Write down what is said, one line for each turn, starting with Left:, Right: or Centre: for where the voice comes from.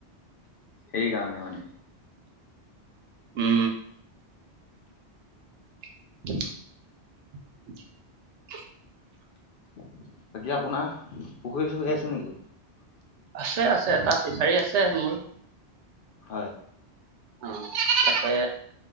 Left: সেইকাৰণে মানে।
Right: উম <inaudible> <inaudible>
Left: বাকী আপোনাৰ পুখুৰী চুখুৰী আছে নেকি? <unintelligible>
Right: আছে আছে এটা ফিচাৰী আছে মোৰ
Left: হয়
Right: অ তাতে